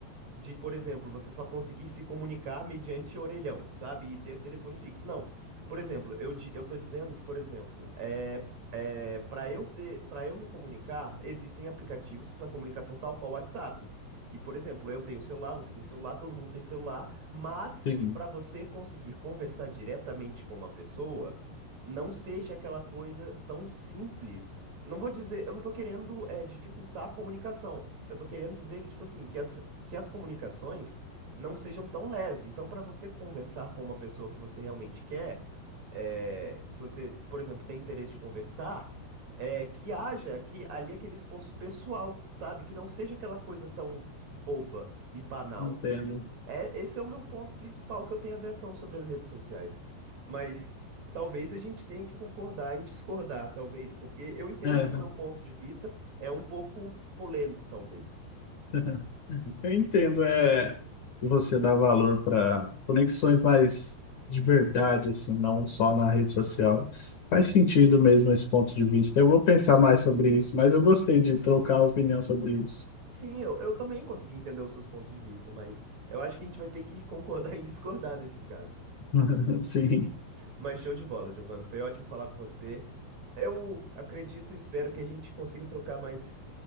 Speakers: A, on the right; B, on the left.
A: de, por exemplo, você só conseguir se comunicar mediante orelhão, sabe? E ter telefone fixo. Não. Por exemplo, eu, di- eu tô dizendo que, por exemplo, é, é, para eu ter, para eu me comunicar, existem aplicativos para comunicação tal qual o WhatsApp. E, por exemplo, eu tenho celular, você tem celular, todo mundo tem celular, mas
B: Sim,
A: para você conseguir conversar diretamente com uma pessoa, não seja aquela coisa tão simples. Não vou dizer, eu não tô querendo é, dificultar a comunicação. Eu tô querendo dizer que, tipo assim, que as que as comunicações não sejam tão leves. Então, para você conversar com uma pessoa que você realmente quer, é, que você, por exemplo, tem interesse de conversar, é, que haja que ali aquele esforço pessoal, sabe? Que não seja aquela coisa tão boba e banal.
B: entendo.
A: É, esse é o meu ponto principal que eu tenho aversão sobre as redes sociais. Mas talvez a gente tenha que concordar em discordar, talvez, porque eu entendo
B: É,
A: que o meu ponto de vista é um pouco polêmico, talvez.
B: <laughs> eu entendo, é você dar valor para conexões mais de verdade, assim, não só na rede social. Faz sentido mesmo esse ponto de vista. Eu vou pensar mais sobre isso, mas eu gostei de trocar a opinião sobre isso.
A: Sim, eu, eu também consegui entender os seus pontos de vista, mas eu acho que a gente vai ter que concordar <laughs> em discordar nesse caso.
B: <laughs> Sim.
A: Mas show de bola, Giovana. Foi ótimo falar com você. Eu acredito e espero que a gente consiga trocar mais